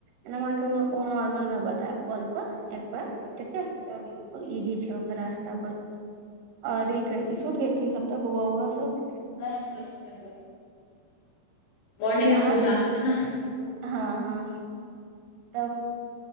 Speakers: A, on the right; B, on the left.
A: एना हम अहाँके उ उ नॉर्मल में बतैब कॉल पर। एपपर ठीक छै ओ ईजी छै ओकर रास्ता बर और ई कहै छै सुइत गेलखिन सबटा बौआ उौआ सब?
B: हँ सर मॉर्निंग
A: तऽ आंय
B: स्कूल चालू छै ने
A: हँ हँ तब